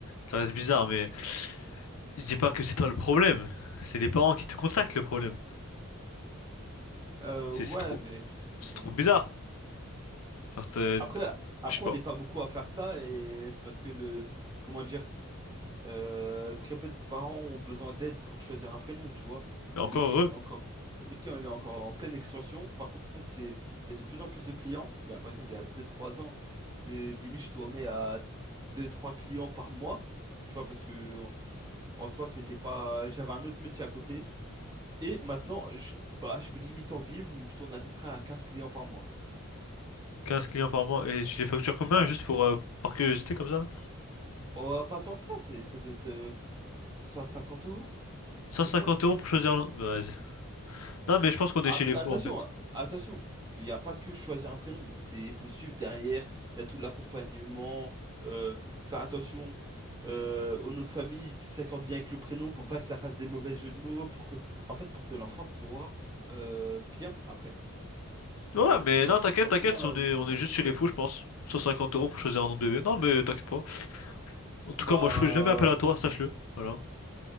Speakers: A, on the left; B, on the right.
A: Ça reste bizarre, mais je dis pas que c'est toi le problème. C'est les parents qui te contactent le problème.
B: Euh,
A: C'est
B: ouais,
A: c'est trop,
B: mais pff, bon.
A: c'est trop bizarre. Genre, t'es-
B: Après, après
A: je sais pas.
B: on n'est pas beaucoup à faire ça et c'est parce que le, comment dire, euh, très peu de parents ont besoin d'aide pour choisir un prénom, tu vois.
A: Mais
B: Le
A: encore
B: métier,
A: heureux.
B: il est encore, le métier, il est encore en pleine expansion. Par contre, c'est, il y a de plus en plus de clients. Il y a, par exemple, il y a deux trois ans, euh, limite, je tournais à deux trois clients par mois, tu vois, parce que en, en soi, c'était pas, j'avais un autre métier à côté. Et maintenant, je, bah, je peux limite en vivre où je tourne à peu près à 15 clients par mois.
A: quinze clients par mois et tu les factures combien
B: Ouais.
A: juste pour, euh, par curiosité comme ça?
B: Oh, pas tant que ça, c'est, ça doit être. euh, 150 euros,
A: cent
B: à peu
A: cinquante
B: près?
A: euros pour choisir. un- Bah, vas-y. non, mais je pense qu'on est
B: Ap-
A: chez les
B: attention,
A: fous en fait.
B: attention, il n'y a pas que choisir un prénom. C'est, il faut suivre derrière, il y a tout l'accompagnement, euh, faire attention euh, au nom de famille qui s'accorde bien avec le prénom pour pas que ça fasse des mauvais jeux de mots, pour que, en fait, pour que l'enfant soit euh, bien après.
A: Ouais,
B: Faut- pour
A: mais
B: que l'enfant
A: non, t'inquiète,
B: soit
A: t'inquiète,
B: bien
A: on
B: euh,
A: est, on est
B: au
A: juste
B: futur.
A: chez les fous, je pense. cent cinquante euros pour choisir un nom de bébé. Non, mais t'inquiète pas. En tout
B: Bah,
A: cas, moi, je fais jamais appel à toi, sache-le. Voilà.